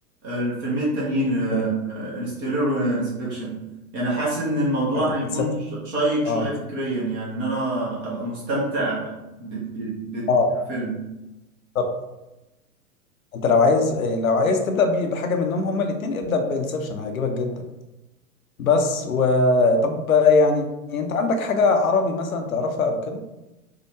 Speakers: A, on the right; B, on the left.
A: الفيلمين التانيين
B: اوكي.
A: انستيلر وانسبكشن يعني حاسس ان الموضوع
B: آه،
A: هيكون
B: انت
A: ش- شيق شويه
B: اه
A: فكريا يعني ان انا ابقى مستمتع ب- ب-
B: اه
A: بالفيلم
B: بالظبط. انت لو عايز آه، لو عايز تبدا بي- بحاجه منهم هما الاثنين ابدا بانسبشن هيعجبك جدا بس و طب يعني انت عندك حاجه عربي مثلا تعرفها او كده